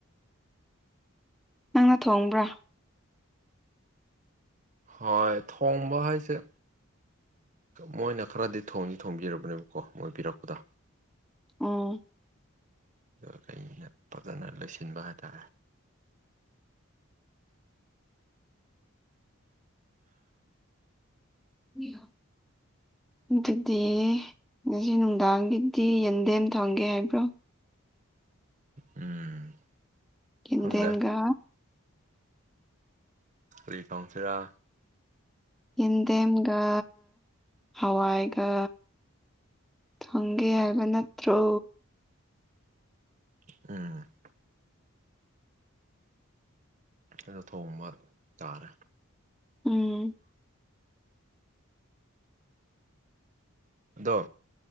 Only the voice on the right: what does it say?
ꯍꯣꯌ ꯊꯣꯡꯕ ꯍꯥꯏꯁꯦ ꯃꯣꯏꯅ ꯈꯔꯗꯤ ꯊꯣꯡꯅꯤ ꯊꯣꯡꯕꯤꯔꯕꯅꯦꯕꯀꯣ ꯃꯣꯏ ꯄꯤꯔꯛꯄꯗ
ꯑꯗꯨꯒ ꯑꯩꯅ ꯐꯖꯅ ꯂꯩꯣꯏꯁꯤꯟꯕ ꯍꯥꯏꯇꯥꯔꯦ
ꯎꯝ
ꯈꯪꯗꯦ ꯍ ꯀꯝ ꯐꯔꯥ
ꯑꯝ ꯑꯩꯅ ꯊꯣꯡ ꯑꯃ ꯇꯥꯔꯦ
ꯑꯗꯣ